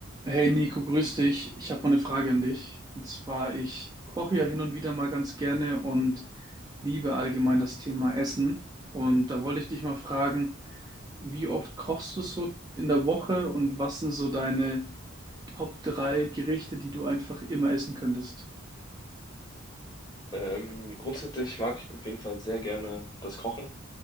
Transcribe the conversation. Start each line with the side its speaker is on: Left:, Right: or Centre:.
Right: Hey Nico, grüß dich. Ich habe mal eine Frage an dich. Und zwar, ich koche ja hin und wieder mal ganz gerne und liebe allgemein das Thema Essen. Und da wollte ich dich mal fragen, wie oft kochst du so in der Woche und was sind so deine Top drei Gerichte, die du einfach immer essen könntest?
Left: Ähm, grundsätzlich mag ich auf jeden Fall sehr gerne das Kochen.